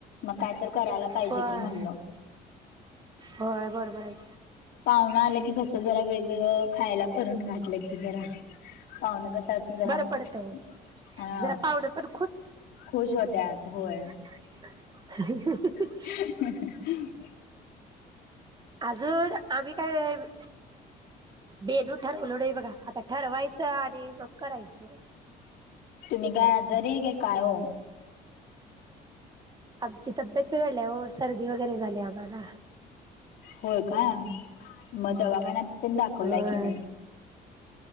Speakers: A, on the left; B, on the right.
A: मग काय तर करायला पाहिजे
B: होय
A: की म्हणलं होतं.
B: होय बरोबर आहे.
A: पाहुना आलं की कसं जरा वेगवेगळं खायला करूंन घातलं की. जरा पाहुन कस अस जरा
B: बरं
A: हा.
B: पडतंय जरा पाहुणे पण
A: खुश होत्यात होय.
B: ह <unintelligible>
A: <unintelligible>
B: आजवर आम्हीं कायं. बेनू ठरवूनढ बघा आता ठरवायचं आणि मग करायचं.
A: तुम्ही काय आजारी आहे काय काय हो.
B: आमची तब्येत बिघडली ओ सर्दी वगैरे झाली आम्हाला.
A: होय काय मग दवाखान्यात दाखवलाय
B: होय.
A: की नाही.